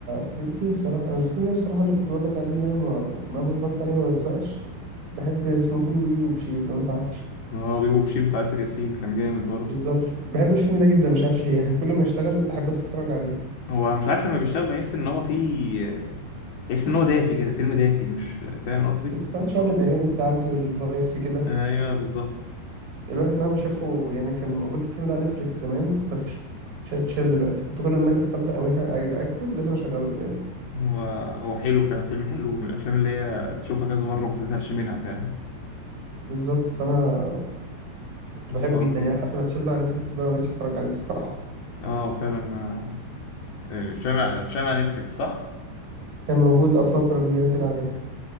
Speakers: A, on the right; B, on the left.
A: في كتير الصراحة أنا الفيلم ده الصراحة اللي كنت بقول لك عليه اللي أنا ما ما اتفرجت عليه ما بزقش بحب اسمه فيلم بيبي وبشير لو أنت عارفه
B: اه بيبو بشير بتاع آسر ياسين كان جامد برضه
A: بالظبط بحب الفيلم ده جدا مش عارف ليه يعني كل ما اشتغل أحب أتفرج عليه
B: هو مش عارف لما بيشتغل بحس إن هو فيه بحس إن هو دافي كده فيلم دافي مش فاهم قصدي؟
A: كان شعب الأغاني بتاعته والفايبس كده
B: أيوه بالظبط
A: الواحد مهما شافه يعني كان موجود الفيلم ده على نتفليكس زمان بس شال شال دلوقتي كنت كل ما أجي أتغدى أو أجي أ- آكل لازم أشغله قدامي
B: هو هو حلو فعلا فيلم حلو من الأفلام اللي هي تشوفها كذا مرة وما تزهقش منها فعلا
A: بالظبط فانا كنت
B: الحوار
A: بحبه جدا يعني لحد ما اتشال بقى نتفليكس بقى مبقتش اتفرج عليه الصراحة
B: اه فعلا ما آه، شامع شامع نتفليكس صح؟
A: كان موجود اه فترة كبيرة كده عليها